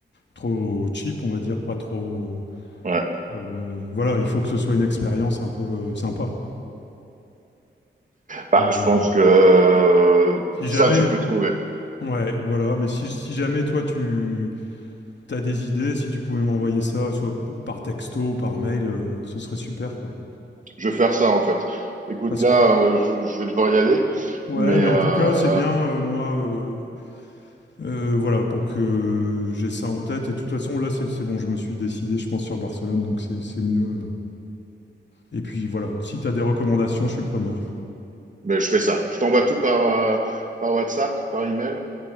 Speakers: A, on the left; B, on the right.
A: trop cheap, on va dire, pas trop.
B: ouais.
A: euh, voilà, il faut que ce soit une expérience un peu euh, sympa.
B: Bah,
A: Donc
B: je
A: voilà.
B: pense que euh,
A: Si jamais,
B: ça, tu peux trouver.
A: ouais, voilà, mais si, si jamais toi tu as des idées, si tu pouvais m'envoyer ça, soit par texto ou par mail, euh, ce serait super, quoi.
B: Je vais faire ça en fait. Écoute,
A: Parce
B: là,
A: que-
B: euh, je, je vais devoir y aller,
A: ouais,
B: mais,
A: mais
B: euh,
A: en tout cas, c'est bien, euh, moi. euh, Euh, voilà, pour que j'ai ça en tête. Et de toute façon, là, c'est c'est bon, je me suis décidé, je pense, sur Barcelone, donc c'est c'est mieux. Et puis voilà, si tu as des recommandations, je suis preneur.
B: mais je fais ça. Je t'envoie tout par, euh, par WhatsApp, par email,